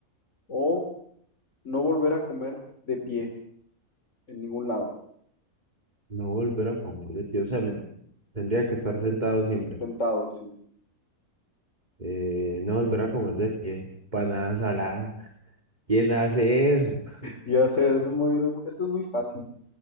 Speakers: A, on the left; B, on the right.
A: o no volver a comer de pie en ningún lado,
B: No volver a comer de pie, o sea, me- tendría que estar sentado siempre.
A: sentado, sí.
B: Eh, no volver a comer de pie, panadas saladas. ¿Quién hace eso? <laughs>
A: Ya sé, es muy, esto es muy fácil.